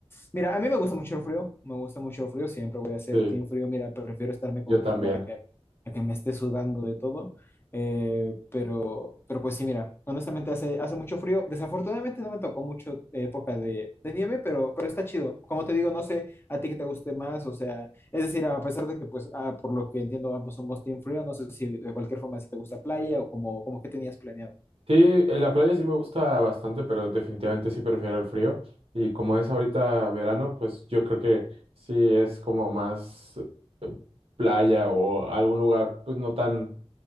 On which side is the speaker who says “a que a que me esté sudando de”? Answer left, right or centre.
Left